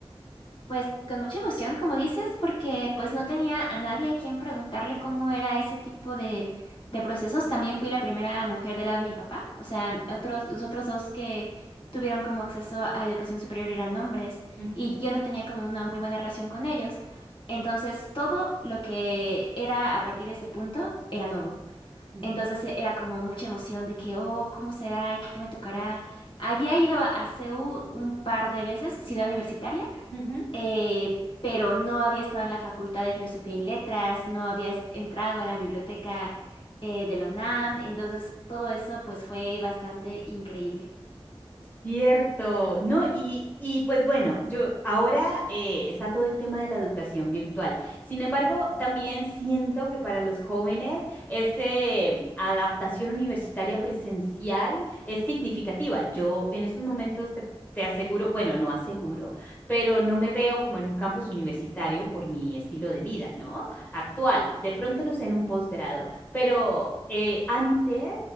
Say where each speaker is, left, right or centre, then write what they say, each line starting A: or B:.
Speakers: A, on the left; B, on the left.
A: Pues con mucha emoción, como dices, porque pues no tenía a nadie a quien preguntarle cómo era ese tipo de, de procesos. También fui la primera mujer del lado de mi papá. O sea, otros, los otros dos que tuvieron como acceso a educación superior eran hombres
B: Ujú,
A: y yo no tenía como una muy buena relación con ellos. Entonces, todo lo que era a partir de ese punto era nuevo.
B: ujú,
A: Entonces e- era como mucha emoción de que, oh, ¿cómo será? ¿Qué me tocará? Había ido a CEU un par de veces, ciudad universitaria
B: ujú.
A: eh, pero no había estado en la Facultad de Filosofía y Letras, no había s- entrado a la biblioteca eh, de la UNAM, entonces todo eso pues fue bastante increíble.
B: Cierto, no, y, y pues bueno, yo ahora eh, está todo el tema de la educación virtual. Sin embargo, también siento que para los jóvenes esa adaptación universitaria presencial es significativa. Yo en estos momentos te, te aseguro, bueno, no aseguro, pero no me veo como en un campus universitario por mi estilo de vida, ¿no? Actual, de pronto no sé en un posgrado, pero eh, antes